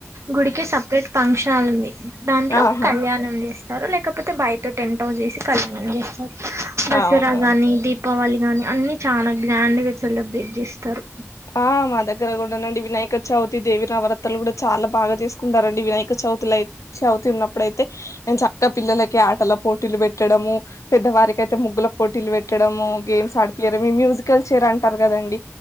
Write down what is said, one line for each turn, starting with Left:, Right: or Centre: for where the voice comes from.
Right: గుడికే సపరేట్ ఫంక్షన్ హాల్ ఉంది దాంట్లో
Left: ఆహా
Right: కళ్యాణం చేస్ స్తరు లేకపోతే బయట టెంట్ హౌస్ ఏసి కళ్యాణం చేస్తరు దసరా
Left: అవునా
Right: గాని దీ పావళి గాని అన్ని చాలా గ్రాండ్గ సెలబ్రేట్ జేస్తరు.
Left: ఆ మా దగ్గర గూడా నండి వినాయక చవితి, దేవి నవరత్రలు గుడ చాలా బాగా చేస్కుంటారండి వినాయక చవితిలై చవితి ఉన్నప్పుడైతే ఎంచక్క పిల్లలకి ఆటల పోటీలు పెట్టడము పెద్దవారికైతే ముగ్గుల పోటీల్ పెట్టడమూ గేమ్ స్ ఆడిపియ్యడం ఈ మ్యూజికల్ చైర్ అంటార్ గదండి